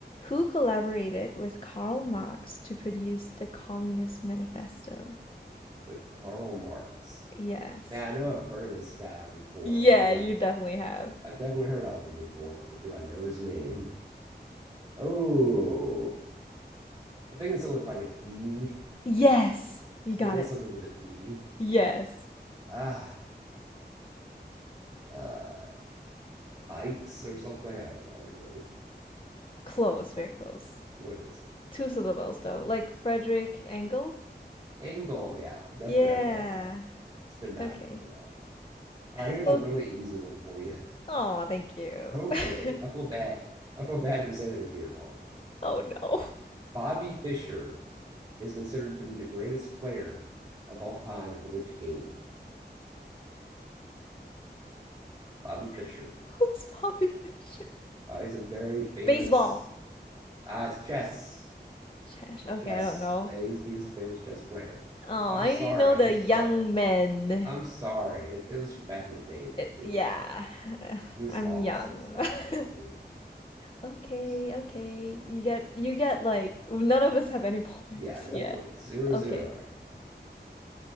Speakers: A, on the left (about 30°); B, on the right (about 25°).
A: Who collaborated with Karl Marx to produce the Communist Manifesto?
B: with Karl Marx.
A: Yes.
B: Man, I know I've heard of this guy before,
A: Yeah,
B: but do
A: you
B: I?
A: definitely have.
B: I've definitely heard of him before, but do I know his name? Oh, I'm thinking something with like an E.
A: Yes! You got
B: It is
A: it.
B: something with an E.
A: Yes.
B: Ah, uh, Ikes or something. I don't know what it is.
A: Close, very close.
B: What is it?
A: Two syllables though, like Frederick Engels?
B: Angle. Yeah, definitely
A: Yeah.
B: heard of him. Just could not
A: Okay.
B: remember that. All right, here's
A: Close.
B: a really easy one for you.
A: Oh, thank you.
B: Hopefully,
A: <laughs>
B: I feel bad. I feel bad to say that if you get it wrong though.
A: Oh
B: But
A: no.
B: Bobby Fischer is considered to be the greatest player of all time in which game? Bobby Fischer.
A: <laughs> Who's Bobby Fischer?
B: Uh, he's a very famous.
A: Baseball.
B: Ah, uh, it's chess.
A: Chesh. Okay,
B: Chess.
A: I don't know.
B: Yeah, he was, he was a famous chess player.
A: Oh,
B: Oh,
A: I
B: I'm sorry.
A: only know the
B: I'm sorry.
A: young men.
B: I'm sorry. It, it was from back in the day though
A: It,
B: too.
A: yeah,
B: Like
A: <laughs>
B: He's
A: I'm
B: long
A: young.
B: since died of
A: <laughs>
B: old age.
A: Okay,
B: So
A: okay. You get you get like none of us have any <laughs> points
B: yeah, no
A: yet.
B: point. Zero
A: Okay.
B: zero right now.